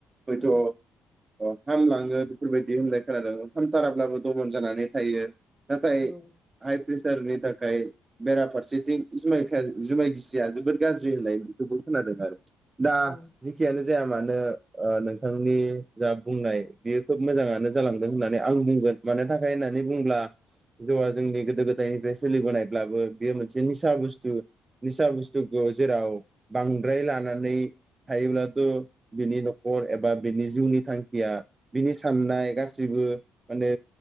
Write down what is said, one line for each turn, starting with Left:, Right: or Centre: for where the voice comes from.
Right: बै
Centre: औ
Right: ज अ हामलांङो बेफोरबायदि होनलाय खोनादों हामथाराब्लाबो दमन जानानै थायो। नाथाइ
Centre: औ
Right: आइ प्रेसारनि थाखाय बेराफारसेथिं जुमाय खाय जुमाय गिसिया जोबोद गाज्रि होननाय बेखौबो खोनादों आरो दा
Centre: औ
Right: जिखियानो जाया मानो ओ नोंथांनि जा बुंनाय बेयो खोब मोजाङानो जालांदों होननानै आं बुंगोन। मानो थाखाय होननानै बुंब्ला जौआ जोंनि गोदो गोदाय बे सोलिबोनायब्लाबो बेयो मोनसे निसा बुस्थु। निसा बुस्थुखौ जेराव बांद्राय लानानै नै थायोब्लाथ बिनि नखर एबा बिनि जिउनि थांखिया बिनि साननाय गाससिबो माने